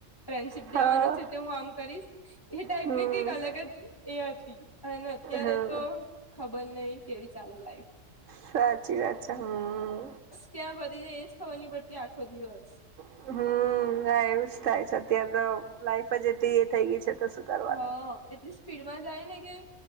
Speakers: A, on the left; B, on the right.
A: ફ્રેન્ડશીપ ડે
B: હા
A: આવાનો છે, તો હું આમ કરીશ. એ ટાઈપની
B: હમ
A: કઈક અલગ જ એ હતી, અને અત્યારે
B: હા
A: તો ખબર નહિ કેવી ચાલે લાયીફ.
B: સાચી વાત છે, હમ્મ
A: ત્યાં પતીજાય એજ ખબની પડતી આખો દિવસ.
B: હમ્મ, ના એવું જ થાય છે અત્યારે તો, લાઈફજ એટલી એ થઈ ગઈ છે તો શું કરવાનું
A: હા, એટલી સ્પીડમાં જાય ને કે,